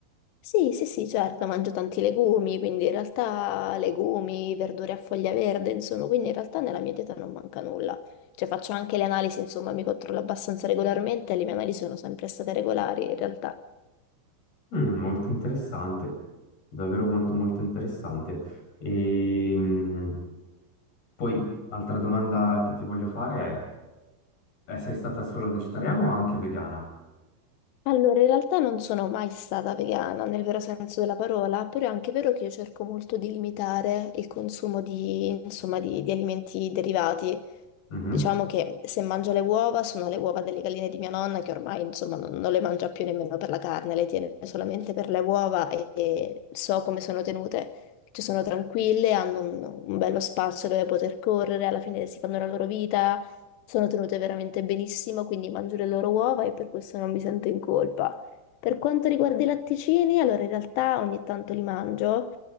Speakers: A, on the left; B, on the left.
A: Sì, sì, sì, certo, mangio tanti legumi, quindi in realtà legumi, verdure a foglia verde, insomma, quindi in realtà nella mia dieta non manca nulla. Cioè faccio anche le analisi, insomma, mi controllo abbastanza regolarmente e le mie analisi sono sempre state regolari in realtà.
B: Mm, molto interessante, davvero molto molto interessante. E mm, poi, altra domanda che ti voglio fare è, eh, sei stata solo vegetariana o anche vegana?
A: Allora, in realtà non sono mai stata vegana nel vero senso della parola, però è anche vero che io cerco molto di limitare il consumo di, insomma, di, di alimenti derivati.
B: Mhm.
A: Diciamo che se mangio le uova, sono le uova delle galline di mia nonna, che ormai, insomma, non, non le mangia più nemmeno per la carne, le tiene solamente per le uova e, e so come sono tenute. Ci sono tranquille, hanno un, un bello spazio dove poter correre, alla fine si fanno la loro vita sono tenute veramente benissimo, quindi mangio le loro uova e per questo non mi sento in colpa. Per quanto riguarda i latticini, allora in realtà ogni tanto li mangio,